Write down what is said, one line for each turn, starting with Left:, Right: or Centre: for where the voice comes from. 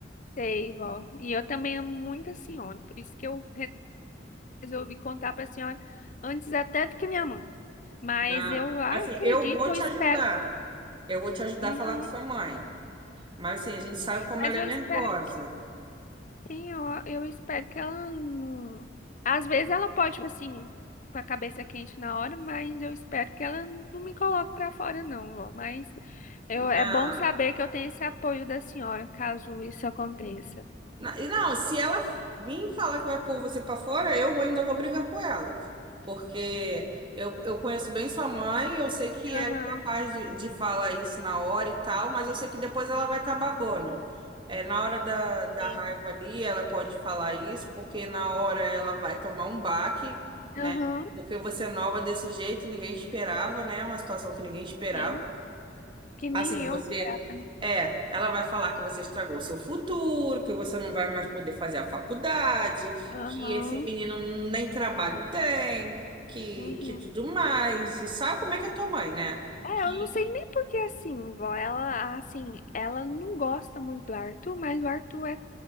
Left: sei, vó. E eu também amo muito a senhora, por isso que eu resolvi contar para a senhora antes até do que minha mãe. Mas
Right: Ah,
Left: eu acredito,
Right: assim, eu vou
Left: eu
Right: te
Left: espero,
Right: ajudar. Eu vou te ajudar
Left: uhum,
Right: a falar com sua mãe. Mas assim, a gente sabe como
Left: mas
Right: ela
Left: eu
Right: é nervosa.
Left: espero que tenha, ó, eu espero que ela não. Às vezes ela pode, tipo assim, com a cabeça quente na hora, mas eu espero que ela não me coloque para fora, não, ó. Mas eu,
Right: Não.
Left: é bom saber que eu tenho esse apoio da senhora, caso isso aconteça.
Right: Na- E não, se ela vir falar que vai pôr você pra fora, eu vou- ainda vou brigar com ela. Porque eu, eu conheço bem sua mãe, eu sei que ela
Left: Aham,
Right: é capaz de, de falar isso na hora e tal, mas eu sei que depois ela vai estar babando. É, na hora da, da
Left: sim.
Right: raiva ali, ela pode falar isso, porque na hora ela vai tomar um baque, né?
Left: Aham,
Right: Porque você é nova desse jeito, ninguém esperava, né? Uma situação que ninguém esperava.
Left: sim. Que nem
Right: Assim, você.
Left: eu esperava.
Right: É, ela vai falar que você estragou o seu futuro, que você não vai mais poder fazer a faculdade,
Left: Aham,
Right: que esse menino nem trabalho tem, que,
Left: uhum.
Right: que tudo mais. E sabe como é que é tua mãe, né?
Left: É,
Right: Que,
Left: eu não sei nem por que assim, vó. Ela, assim, ela não gosta muito do Arthur, mas o Arthur é